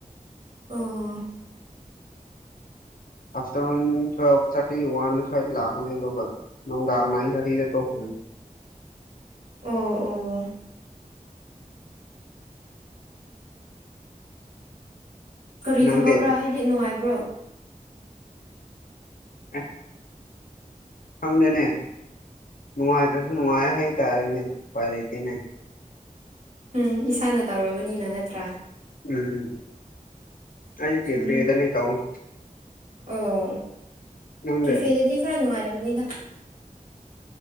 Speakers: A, on the right; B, on the left.
A: ꯑꯣ
B: ꯑꯥꯐꯇꯔꯅꯨꯟ ꯇꯨꯋꯦꯜꯐ ꯊꯥꯔꯇꯤ ꯋꯥꯟ ꯁ꯭ꯋꯥꯏꯗ ꯂꯥꯛꯀꯅꯤ ꯑꯗꯨꯒ ꯅꯨꯡꯗꯥꯡ ꯅꯥꯏꯟ ꯊꯥꯔꯇꯤꯗ ꯇꯣꯛꯀꯅꯤ
A: ꯑꯣ ꯑꯣ ꯀꯔꯤ
B: ꯅꯪꯗꯤ
A: ꯊꯕꯛꯔ
B: ꯑꯦ
A: ꯍꯥꯏꯗꯤ ꯅꯨꯡꯉꯥꯏꯕ꯭ꯔꯣ
B: ꯑ <unintelligible> ꯈꯪꯗꯦꯅꯦ ꯅꯨꯡꯉꯥꯏꯇ꯭ꯔꯁꯨ ꯅꯨꯡꯉꯥꯏ ꯍꯥꯏꯇꯥꯔꯦꯅꯦ ꯎꯄꯥꯏ ꯂꯩꯇꯦꯅꯦ
A: ꯎꯝ ꯏꯁꯥꯅ ꯇꯧꯔꯕꯅꯤꯅ ꯅꯠꯇ꯭ꯔꯥ
B: ꯎꯝ ꯑꯩ
A: ꯆꯨꯝꯃꯤꯅꯦ
B: ꯀꯦ ꯐꯦꯗꯅꯤ ꯇꯥꯎ <unintelligible>
A: ꯑꯣ
B: ꯅꯪꯗꯤ
A: ꯀꯦꯐꯦꯗꯗꯤ ꯈꯔ ꯅꯨꯡꯉꯥꯏꯔꯝꯅꯤꯗ